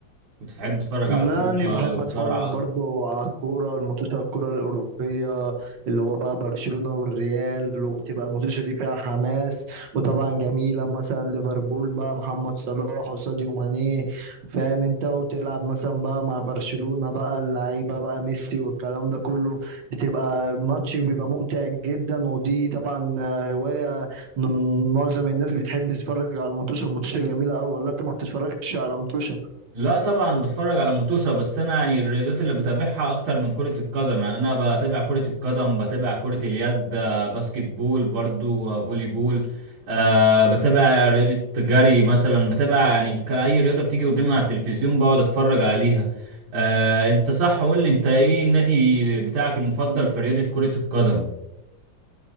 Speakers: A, on the right; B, on the right.
A: بتحب تتفرج
B: يعني
A: على كورة
B: بحب
A: مصارعة
B: اتفرج برضو على الكوره الماتشات الكوره الاوروبيه اللي هو بقى برشلونه والريال وبتبقى الماتشات دي فيها حماس وطبعا جميله مثلا ليفربول بقى محمد صلاح وساديو ماني فاهم انت وتلعب مثلا بقى مع برشلونه بقى اللعيبه بقى ميسي والكلام ده كله بتبقى الماتش بيبقى ممتع جدا ودي طبعا آه، هوايه إن معظم الناس بتحب تتفرج على الماتش الماتش جميله قوي ولا انت ما بتتفرجش على ماتش
A: لا طبعا بتفرج على متوشة بس انا يعني الرياضات اللي بتابعها اكتر من كرة القدم يعني انا بتابع كرة القدم بتابع كرة اليد آه، باسكت بول برضو آه، فولي بول أه بتابع رياضة جري مثلا بتابع يعني كأي رياضة بتيجي قدامي على التلفزيون بقعد اتفرج عليها أه انت صح قول لي انت ايه النادي بتاعك المفضل في رياضة كرة القدم